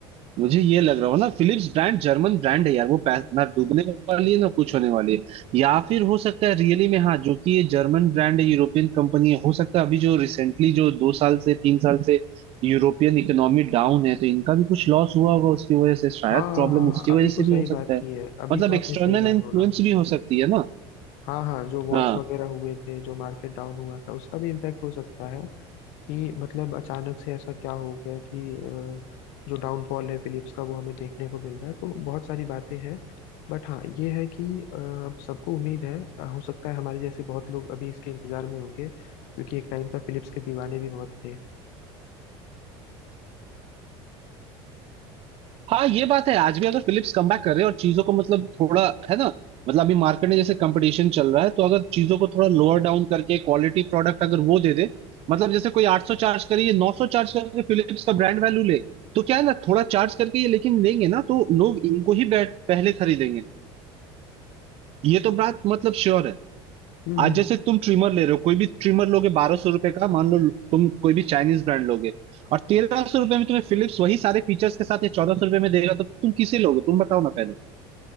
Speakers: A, on the right; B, on the left.
A: मुझे ये लग रहा हो ना फिलिप्स ब्रांड जर्मन ब्रांड है यार वो पै- ना डूबने वाली है ना कुछ होने वाली है या फिर हो सकता है रियली में हाँ जो कि ये जर्मन ब्रांड है यूरोपियन कंपनी है हो सकता है अभी जो रिसेंटली जो दो साल से तीन साल से यूरोपियन इकोनॉमी डाउन है तो इनका भी कुछ लॉस हुआ होगा उसकी वजह से शायद
B: हाँ
A: प्रॉब्लम
B: हाँ
A: उसकी
B: हाँ। अभी
A: वजह
B: को
A: से
B: सही
A: भी हो
B: बात
A: सकता है
B: की है अभी
A: मतलब
B: को आपने
A: एक्सटर्नल
B: सही बात
A: इन्फ्लुएंस
B: बोला
A: भी हो सकती है ना
B: हाँ हाँ जो वॉर्स
A: हाँ।
B: वगैरह हुए थे जो मार्केट डाउन हुआ था उसका भी इम्पैक्ट हो सकता है कि मतलब अचानक से ऐसा क्या हो गया कि अ, जो डाउनफॉल है फिलिप्स का वो हमें देखने को मिल रहा है तो बहुत सारी बातें हैं बट हाँ ये है कि अ, अब सबको उम्मीद है अ, हो सकता है हमारे जैसे बहुत लोग अभी इसके इंतजार में होंगे क्योंकि एक टाइम पर फिलिप्स के दीवाने भी बहुत थे
A: हाँ ये बात है आज भी अगर फिलिप्स कमबैक कर रहे हैं और चीजों को मतलब थोड़ा है ना मतलब अभी मार्केट में जैसे कंपटीशन चल रहा है तो अगर चीजों को थोड़ा लोअर डाउन करके क्वालिटी प्रोडक्ट अगर वो दे दे मतलब जैसे कोई 800 चार्ज करे ये 900 चार्ज करके फिलिप्स का ब्रांड वैल्यू ले तो क्या है ना थोड़ा चार्ज करके ये लेकिन लेंगे ना तो लोग इनको ही बैठ- पहले खरीदेंगे ये तो बात मतलब श्योर है
B: हम्म
A: आज
B: हम्म
A: जैसे तुम ट्रिमर ले रहे हो कोई भी ट्रिमर लोगे बारह सौ रुपए का मान लो तुम कोई भी चाइनीज ब्रांड लोगे और तेरह सौ रुपए में तुम्हें फिलिप्स वही सारे फीचर्स के साथ ये चौदह सौ रुपए में देगा तो तुम किसे लोगे तुम बताओ ना पहले